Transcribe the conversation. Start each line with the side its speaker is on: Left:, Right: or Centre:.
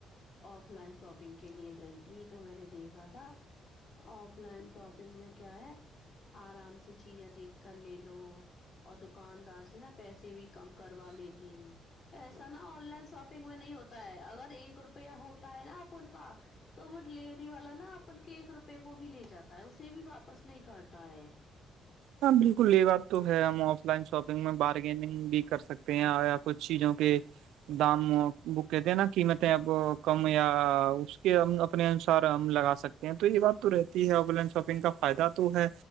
Left: آف لائن شاپنگ کے لیے گئی تھی تو میں نے دیکھا تھا آف لائن شاپنگ میں کیا ہے آرام سے چیزیں دیکھ کر لے لو اور دکاندار سے نا پیسے بھی کم کروا لیتے ہیں ایسا نا آن لائن شاپنگ میں نہیں ہوتا ہے اگر ایک روپیہ ہوتا ہے نا آپ ان کا تو وہ ڈیلیوری والا نا اپن کے ایک روپے کو بھی لے جاتا ہے اسے بھی واپس نہیں کرتا ہے
Right: ہاں بالکل یہ بات تو ہے ہم آف لائن شاپنگ میں بارگینگ بھی کر سکتے ہیں یا کچھ چیزوں کے دام بوکے تھ نہا قیمت ب کم یا اس کے ہم اپنے انسار ہم لگا سکتے ہیں تو یہ بات تو رہتی ہے آن لائن شاپنگ کا فائدہ تو ہے